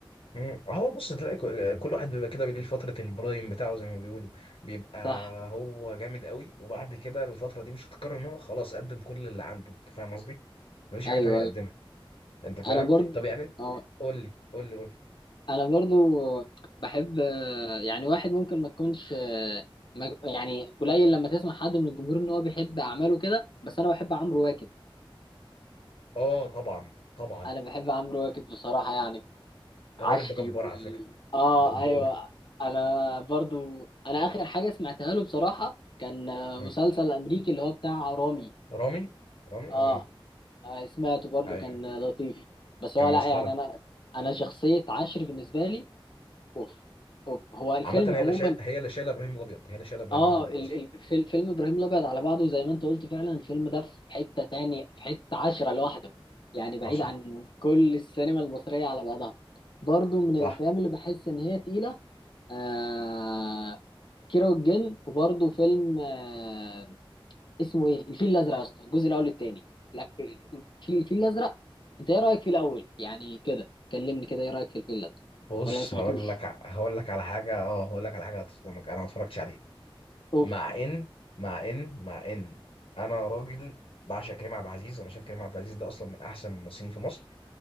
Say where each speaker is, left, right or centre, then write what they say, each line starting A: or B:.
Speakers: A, on the left; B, on the left.
A: مم. هو بص تلاقي كل كل واحد بيبقى كده بيليه فترة البرايم بتاعه زي ما بيقولوا بيبقى
B: صح
A: هو جامد قوي وبعد كده الفترة دي مش هتتكرر ان هو خلاص قدم كل اللي عنده انت فاهم قصدي؟ مفيش حاجة
B: ايوه
A: تانية يقدمها
B: ايوه
A: انت فاهم؟
B: انا برضه
A: طب يعني انت
B: اه
A: قول لي قول لي قول لي
B: انا برضو بحب آه، يعني واحد ممكن ما تكونش ما- يعني قليل لما تسمع حد من الجمهور ان هو بيحب اعماله كده بس انا بحب عمرو واكد
A: اه طبعا طبعا
B: انا بحب عمرو واكد بصراحة يعني عشري
A: الراجل ده جبار
B: وال
A: على فكرة
B: اه
A: جبار
B: ايوه انا برضو انا اخر حاجة سمعتها له بصراحة كان آه،
A: مم.
B: مسلسل امريكي اللي هو بتاع رامي
A: رامي رامي
B: اه
A: اه
B: آه، سمعته برضو
A: ايوه
B: كان آه، لطيف بس
A: كان
B: هو لا
A: مسخرة
B: يعني انا انا شخصية عشري بالنسبة لي اوف اوف هو الفيلم
A: عامة
B: عموما
A: هي اللي شايل هي اللي شايلة ابراهيم الابيض هي اللي شايلة ابراهيم
B: اه
A: الابيض
B: ال-
A: اصلا
B: ال- في فيلم ابراهيم الابيض على بعضه زي ما انت قلت فعلا الفيلم ده في حته تاني في حته عشره لوحده يعني بعيد
A: حصل
B: عن كل السينما المصريه على بعضها برضو من
A: صح
B: الافلام اللي بحس ان هي تقيله آه كيرة والجن وبرضو فيلم آه اسمه ايه الفيل الازرق يا اسطى الجزء الاول التاني لا في- في- الفيل الازرق انت ايه رايك في الاول يعني كده كلمني كده ايه رايك في الفيل الازرق
A: بص
B: ولا ما سمعتوش
A: هقول لك ع- هقول لك على حاجه اه هقول لك على حاجه هتصدمك انا ما اتفرجتش عليه
B: اوف
A: مع ان مع ان مع ان انا راجل بعشق كريم عبد العزيز انا شايف كريم عبد العزيز ده اصلا من احسن الممثلين في مصر